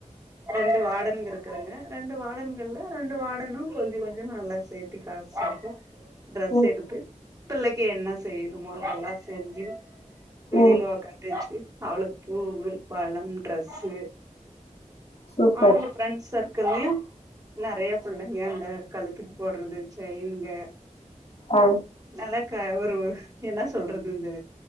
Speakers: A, on the right; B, on the left.
A: ரெண்டு வாடன் இருக்கறங்க ரெண்டு வாடன்கள்ல ரெண்டு வாடனும் கொஞ்ச கொஞ்ச நல்லா செ த்தி காசு செப்போம் ட்ரெஸ்
B: ம்
A: எடுத்து பிள்ளைக்கு என்ன செய்யணுமோ அதல்லாம் செஞ்சு வெளியில
B: ம்
A: அவ கட்டச்சு அவ்ளுக் பூவு பழம் ட்ரெஸ்ஸு
B: சூப்பர்
A: அவுங்க ஃப்ரெண்ட்ஸ் சர்க்கில்லயு நறைய பிள்ளைங்க அந்த கழுத்துக்கு போடுறது சைனுங்க
B: ஆ
A: நல்லாக்க ஒரு ஒ என்ன சொல்றது இந்த